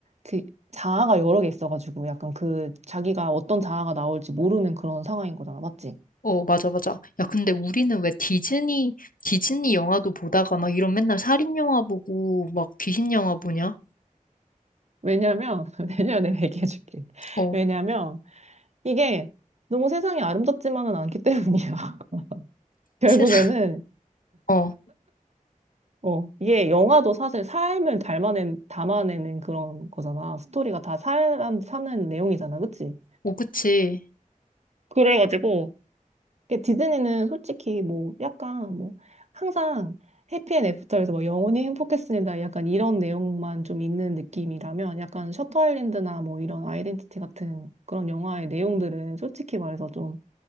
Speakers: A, on the right; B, on the left.
A: 그 자아가 여러 개 있어가지고 약간 그 자기가 어떤 자아가 나올지 모르는 그런 상황인 거잖아. 맞지?
B: 어, 맞아, 맞아. 야, 근데 우리는 왜 디즈니, 디즈니 영화도 보다가 막 이런 맨날 살인 영화 보고 막 귀신 영화 보냐?
A: 왜냐면 <laughs> 왜냐면 내가 얘기해줄게.
B: 어,
A: 왜냐면 이게 너무 세상이 아름답지만은 않기 때문이야. <laughs> 결국에는
B: 세상, <laughs> 어,
A: 어, 이게 영화도 사실 삶을 닮아낸, 담아내는 그런 거잖아. 스토리가 다 사람 사는 내용이잖아. 그치?
B: 어, 그치.
A: 그래가지고, 이게 디즈니는 솔직히 뭐 약간 뭐 항상 해피앤 애프터에서 막 영원히 행복했습니다. 약간 이런 내용만 좀 있는 느낌이라면 약간 셔터 아일랜드나 뭐 이런 아이덴티티 같은 그런 영화의 내용들은 솔직히 말해서 좀